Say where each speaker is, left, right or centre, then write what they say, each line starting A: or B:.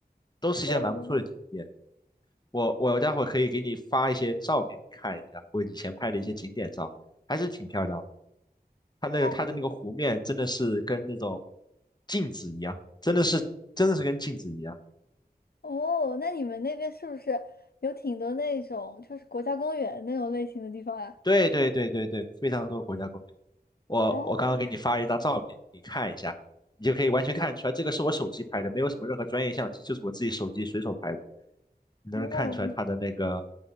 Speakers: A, on the left; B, on the left.
A: 都是一些蛮不错的景点。
B: 哦
A: 我我待会儿可以给你发一些照片，你看一下我以前拍的一些景点照，还是挺漂亮的。它那个它的那个湖面真的是跟那种
B: 哦，
A: 镜子一样，真的是真的是跟镜子一样。
B: 哦那你们那边是不是有挺多那种就是国家公园那种类型的地方啊？
A: 对对对对对，非常多国家公园。我我刚刚给你发了一张照片，
B: 哦，
A: 你可以看一下，你就可以完全看出来，这个是我手机拍的，没有什么任何专业相机，就是我自己手机随手拍的。你能看出来它的那个
B: 哦，